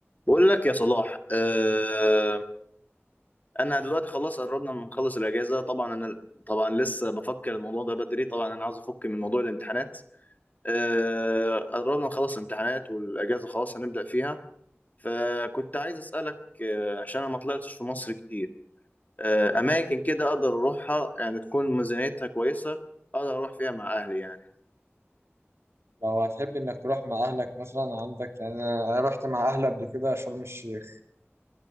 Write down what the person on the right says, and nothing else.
لو هتحب انك تروح مع اهلك مثلا عندك يعني انا رحت مع اهلي قبل كده شرم الشيخ